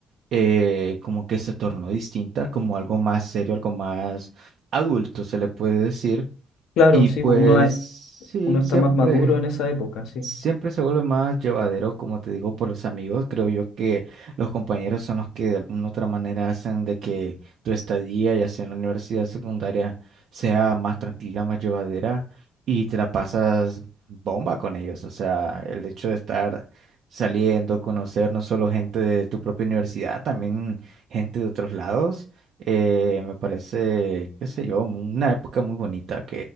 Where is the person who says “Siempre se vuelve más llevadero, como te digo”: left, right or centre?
Right